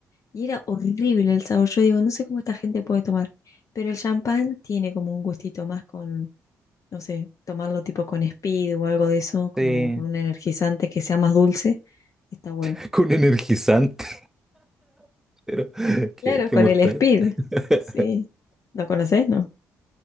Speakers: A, on the left (about 45°); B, in the centre.
A: y era horrible el sabor. Yo digo, no sé cómo esta gente puede tomar, pero el champán tiene como un gustito más con, no sé, tomarlo tipo con Speed o algo de eso, como
B: Sí,
A: con un energizante que sea más dulce, está bueno.
B: <laughs> con energizante, <laughs> pero <laughs> qué,
A: Claro,
B: qué
A: con
B: mortal.
A: el Speed,
B: <laughs>
A: sí. ¿Lo conoces, no?